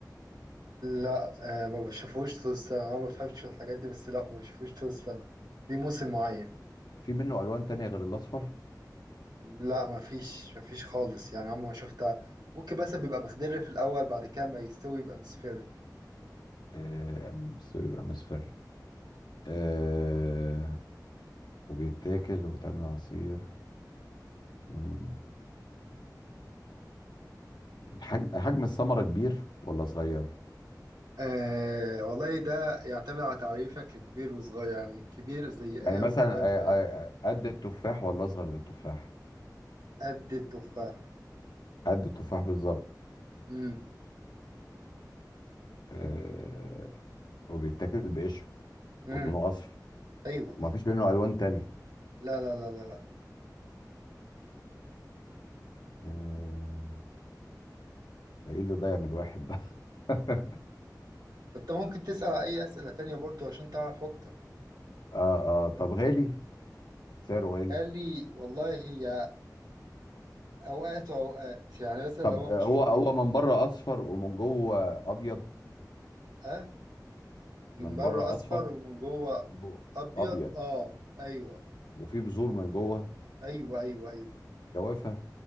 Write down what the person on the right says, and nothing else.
لا آه ما بشوفهوش طول السنه انا ما بفهمش في الحاجات دي بس لا ما بشوفهوش طول السنه دي موسم معين
لا ما فيش ما فيش خالص يعني عمري ما شفتها ممكن بس بيبقى مخضر في الأول بعد كده ما يستوي يبقى مصفر
آه والله ده يعتمد على تعريفك لكبير وصغير يعني كبير زي
ايه
وصغير
زي
ايه
قد التفاح
امم
امم
ايوه
لا لا لا لا لا
انت ممكن تسأل على اي أسئلة تانية برضو عشان تعرف اكتر
قال لي والله هي اوقات واوقات يعني مثلا
لو هو
مش
ها من
بره
اصفر
ومن جوه
ابيض
اه ايوه
ايوه ايوه ايوه